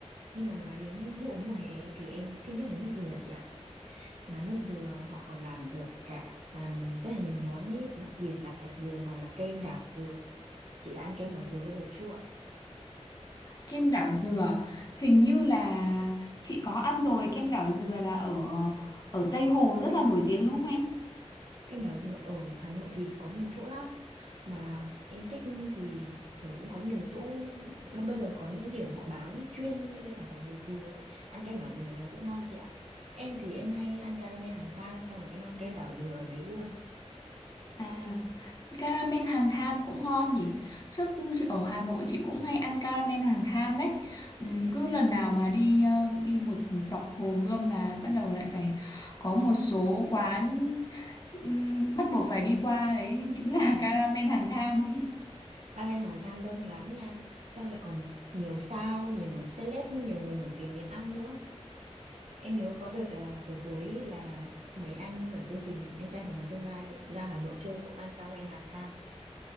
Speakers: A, on the right; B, on the left.
A: nhưng mà nói đến nước uống mùa hè ấy, thì em thích nhất là nước dừa chị ạ mà nước dừa họ còn làm được cả à, rất là nhiều món ý đặc biệt là thạch dừa hoặc là kem đảo dừa chị đã ăn kem đảo dừa bao giờ chưa
B: Kem đảo dừa, hình như là chị có ăn rồi, kem đảo dừa là ở ở Tây Hồ rất là nổi tiếng đúng không em?
A: Kem đảo dừa ở Hà Nội thì có nhiều chỗ lắm mà em thích thì kiểu cũng có nhiều chỗ Nó bây giờ có những điểm họ bán chuyên những cái sản phẩm về dừa ấy. Ăn kem đảo dừa ở đó cũng ngon chị ạ em thì em hay ăn caramel hàng than xong rồi em ăn kem đảo dừa ở đấy luôn
B: À, caramel hàng than cũng ngon nhỉ. Trước chị ở Hà Nội chị cũng hay ăn caramel hàng than đấy. Ừm, cứ lần nào mà đi ờ, đi một dọc Hồ Gươm là bắt đầu lại phải có một số quán ừm, bắt buộc phải đi qua đấy chính là <laughs> caramel hàng than.
A: caramel hàng than đông lắm nha xong rồi còn nhiều sao nhiều celeb nhiều người nổi tiếng đến ăn nữa em nhớ có đợt à, vừa rồi ấy là mấy anh ở chương trình anh trai và ngàn chông gai ra Hà Nội chơi cũng ăn caramel hàng than